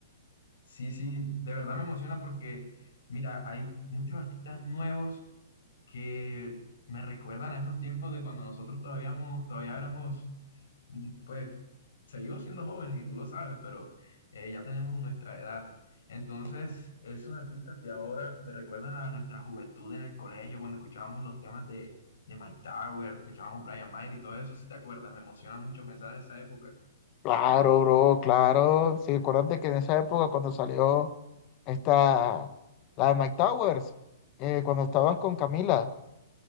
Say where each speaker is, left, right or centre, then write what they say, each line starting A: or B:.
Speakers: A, on the left; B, on the left.
A: Sí, sí, de verdad me emociona porque, mira, hay muchos artistas nuevos que me recuerdan a esos tiempos de cuando nosotros todavía, mo- todavía éramos, mm, pues, seguimos siendo jóvenes y tú lo sabes, pero eh, ya tenemos nuestra edad. Entonces, esos artistas de ahora me recuerdan a nuestra juventud en el colegio, cuando escuchábamos los temas de, de Mike Tower, escuchábamos Brian Mayer y todo eso, si te acuerdas, me emociona mucho pensar en esa época.
B: Claro, bro, claro. Sí, acuérdate que en esa época cuando salió esta, la de Mike Towers, eh, cuando estabas con Camila,